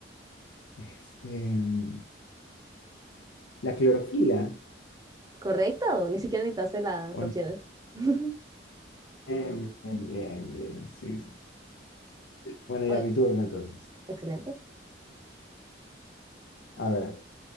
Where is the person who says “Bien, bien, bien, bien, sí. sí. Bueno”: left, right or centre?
Left